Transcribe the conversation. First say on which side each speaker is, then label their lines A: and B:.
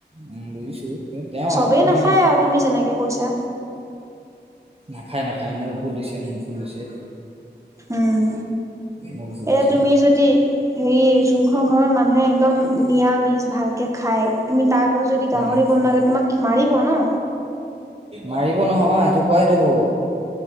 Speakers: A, on the right; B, on the right.
A: উ বুজিছো কিন্তু তেওঁ
B: চবেই
A: আৰু মানে
B: নাখায় আৰু তুমি যেনেকে কৈছা
A: নাই খাই না খাই মোৰ ভুল হৈছে। মোৰ ভুল হৈছে।
B: উম
A: মোৰ ভুল
B: এয়া
A: হৈছে
B: তুমি যদি হেৰি যোনখন ঘৰত মানুহে একদম নিৰামিষ ভালকে খাই তুমি তাৰ ঘৰত যদি গাহৰি
A: উম
B: বনোৱা থাকে তোমাক মাৰিব ন।
A: মাৰিব নহয় আথু কহৱাই থ'ব।